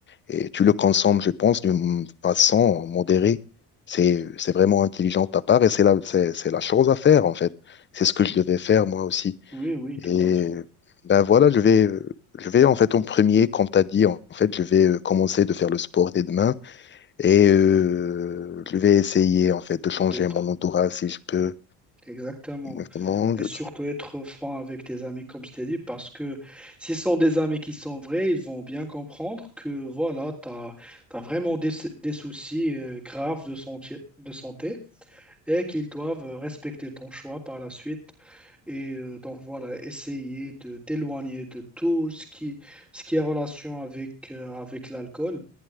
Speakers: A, on the left (about 25°); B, in the centre.
A: Et tu le consommes, je pense, d'une façon modérée. C'est, c'est vraiment intelligent de ta part et c'est la, c'est, c'est la chose à faire, en fait. C'est ce que je devais faire, moi aussi.
B: Oui, oui, tout
A: Et
B: à fait.
A: ben voilà, je vais, je vais, en fait, en premier, comme tu as dit, en fait, je vais euh, commencer de faire le sport dès demain et euh, je vais essayer, en fait, de changer
B: D'être
A: mon entourage si je peux.
B: exactement.
A: Exactement.
B: Et
A: de-
B: surtout être franc avec tes amis, comme je t'ai dit, parce que s'ils sont des amis qui sont vrais, ils vont bien comprendre que voilà, tu as, vraiment des, des soucis euh, graves de santé, de santé et qu'ils doivent euh, respecter ton choix par la suite. Et euh, donc voilà, essayer de t'éloigner de tout ce qui, ce qui est relation avec, euh, avec l'alcool